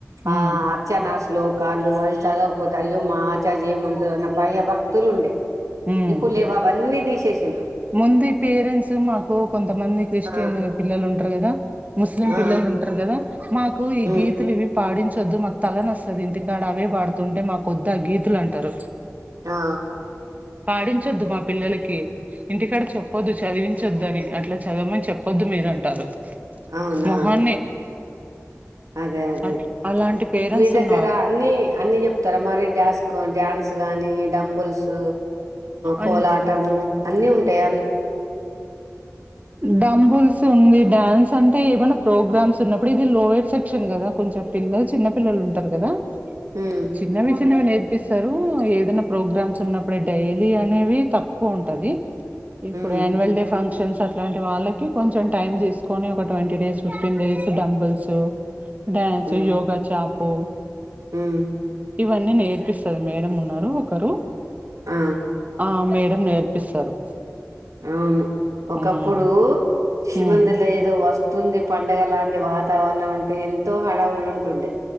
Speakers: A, on the right; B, on the right.
A: హ్మ్
B: ఆ అచ్చనా శ్లోక్ కాలు వాళ్ళు చదవకపోతే అయ్యో మా ఆచాజ ఏమి అంటదో అన్న భయ భక్తులు ఉండే
A: హ్మ్
B: ఇపులేవు అవన్నీ దీశేసి
A: ముందు ఈ పేరెంట్స్ మాకు కొంతమంది క్రిస్టియన్
B: ఆ
A: పిల్లలు ఉంటారు కదా ముస్లిం
B: ఆ
A: పిల్లలు ఉంటారు కదా మాకు ఈ
B: ఉమ్
A: గీతులు ఇవి పాడించు ద్దు మాకు తలనోస్తది ఇంటికాడ అవే పాడుతుంటే మాకు కొద్దు ఆ గీతులు అంటారు
B: ఆ
A: పాడించొద్దు మా పిల్లలకి ఇంటికాడ చెప్పొద్దు చదివించొద్దు అని అట్లా చదవమని చెప్పొ వద్దు మీద అంటారు
B: అవునా
A: మొహాన్ని
B: అదే అదే
A: అట్ అలాంటి పేరెంట్స్
B: మీ దగ్గర
A: ఉన్నారు
B: అన్ని అన్ని చెప్తారా మరి డాన్స్ డ్యాన్స్ గానీ డంబుల్స్
A: అన్
B: కోలాటము అన్ని ఉంటాయ
A: డంబుల్స్ ఉంది డ్యాన్స్ అంటే ఏమైనా ప్రోగ్రామ్స్ ఉన్నప్పుడు ఇది లోయర్ సెక్షన్ కదా కొంచెం పిల్లలు చిన్న పిల్లలు ఉంటారు కదా
B: ఉమ్
A: చిన్నవి చిన్నవి నే పిస్తారు ఏదైనా ప్రోగ్రామ్స్ ఉన్నప్పుడే డైలీ అనేవి తక్కువ ఉంటది ఇప్పుడు
B: ఉమ్
A: యాన్యువల్ డే ఫంక్షన్స్ అట్లాంటి వాళ్ళకి కొంచెం టైమ్ తీసుకొని ఒక twenty days fifteen days dumbbells dance
B: um
A: yoga చాపు
B: ఉమ్
A: ఇవన్నీ నేర్పిస్త ది మేడం ఉన్నారు ఒకరు
B: ఆ
A: ఆ మేడం నేర్పిస్తారు
B: అవును ఒకప్పుడు
A: మ్మ్
B: షిమందిలో
A: మ్మ్
B: ఏదో వస్తుంది పండగ లాంటి వాతావరణం అంటే ఎంతో హడావిడి వుంటుండే